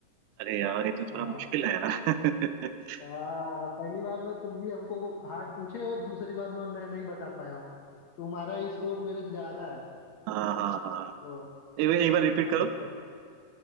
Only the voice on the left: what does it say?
हाँ
आ, पहली बार में तुम भी हमको हार्ड पूछे हो दूसरी बार में मैं नहीं बता पाया हूँ तुम्हारा स्कोर मेरे से ज्यादा है
तो
हाँ